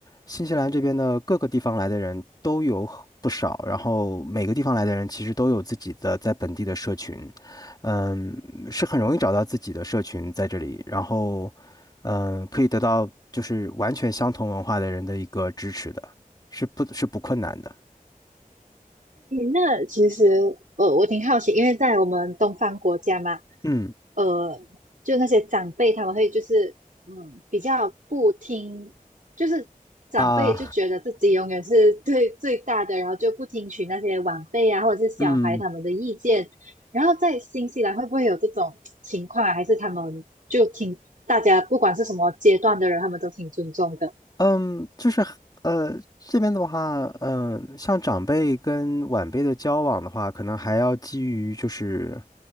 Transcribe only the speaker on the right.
那其实，呃，我挺好奇，因为在我们东方国家嘛，
呃，就那些长辈他们会就是，嗯，比较不听，就是长辈就觉得自己永远是对
<laughs> 最大的，然后就不听取那些晚辈啊或者是小孩他们的意见。
然后在新西兰会不会有这种情况啊？还是他们就挺大家不管是什么阶段的人，他们都挺尊重的，